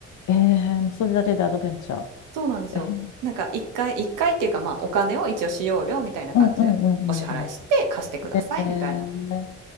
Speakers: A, on the left (about 55°); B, on the right (about 65°).
A: えー、もうそれだけでアドベンチャ
B: そうなんですよ。
A: ー。
B: なんか、一回、一回っていうか、まあ、お金を一応使用料みたいな感じで、
A: うんうんうんうんうん。
B: お支払いして、貸してくださいみたいな
A: えー、